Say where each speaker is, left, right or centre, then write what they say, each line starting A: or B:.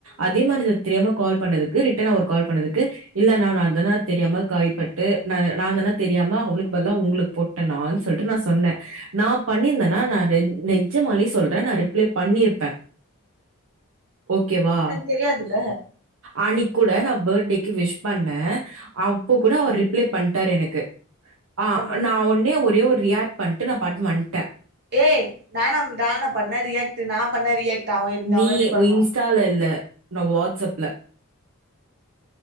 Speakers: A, on the right (about 65°); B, on the right (about 50°).
A: அதே மாரி நா தெரியாம கால் பண்ணதுக்கு ரிட்டனா ஒரு கால் பண்ணதுக்கு இல்லண்ணா நாந்தாண்ணா தெரியாம கைப்பட்டு நா நாந்தாண்ணா தெரியாம அவளுக்கு பதிலா உங்களுக் போட்டனான் சொல்ட்டு நா சொன்னே நா பண்ணிருந்தனா நா நெஜ் நெஜமாலே சொல்றே நா ரிப்ளே பண்ணிருப்பே ஓகேவா
B: தெரியாதுல
A: அன்னைக்கு கூட நா பேர்டேக்கு விஷ் பண்ணே அப்ப கூட அவர் ரிப்ளே பண்ட்டாரு எனக்கு ஆ
B: என்ன பண்ண
A: நா ஒட்னே ஒரே ஒரு ரியாக்ட் பண்ட்டு நா பாட்டுன் வந்ட்டே
B: ஏ நானாம் டானா பண்ண ரியாக்ட்டு நா பண்ல ரியாக்ட் அவ
A: நீ
B: அவ எப்டி பண்ணுவா
A: வி இன்ஸ்டால இல்ல நா வாட்ஸ்அப்ல